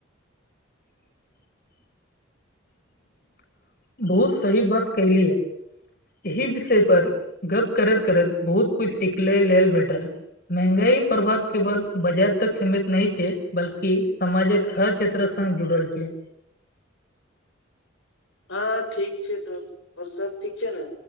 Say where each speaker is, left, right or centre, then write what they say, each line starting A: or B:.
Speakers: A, on the left (about 50°); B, on the left (about 85°).
A: <inaudible> <inaudible> बहुत सही बात कहलियै एहि विषय पर गप करत - करत बहुत कुछ सिखले लेल भेटल महंगाई प्रभाव केवल बाजार तक सीमित नहि छै बल्कि समाजक हर क्षेत्र संग जुड़ल छै
B: हँ ठीक छै तब आओर सब ठीक छै नऽ